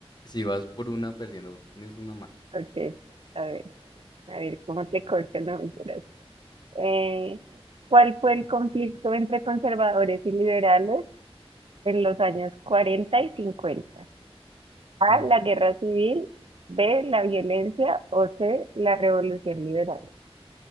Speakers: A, on the left; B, on the right.
A: Si vas por una perdiendo, tienes una mala.
B: Ok, a ver. a ver cómo te corto, no mentiras. Eh, ¿Cuál fue el conflicto entre conservadores y liberales en los años 40 y 50?
A: <laughs>
B: A,
A: Mm,
B: la guerra civil, B, la violencia o C, la revolución liberal.